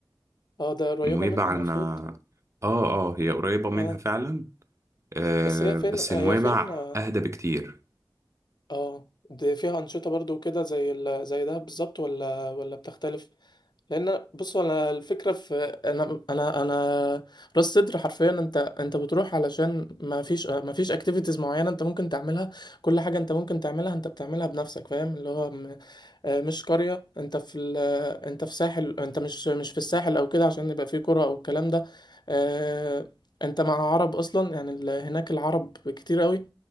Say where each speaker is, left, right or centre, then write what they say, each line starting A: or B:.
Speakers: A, on the left; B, on the right.
A: اه ده قريبه
B: نويبع
A: منها المفروض
B: أنا آه آه هي قريبة منها
A: اه
B: فعلا آه
A: بس هي فين
B: بس
A: هي
B: نويبع
A: فين اه
B: أهدى بكتير
A: آه، دي فيها أنشطة برضو كده زي ال... زي ده بالظبط ولا ولا بتختلف لأن بصوا أنا الفكرة في أنا أنا أنا راس صدر حرفيا أنت أنت بتروح علشان ما فيش ما فيش أكتيفيتيز معينة أنت ممكن تعملها كل حاجة أنت ممكن تعملها أنت بتعملها بنفسك فاهم اللي هو آه، مش قرية انت في ال... آه، انت في ساحل انت مش مش في الساحل او كده عشان يبقى فيه قرى او الكلام ده آه، انت مع عرب اصلا يعني ال... هناك العرب كتير قوي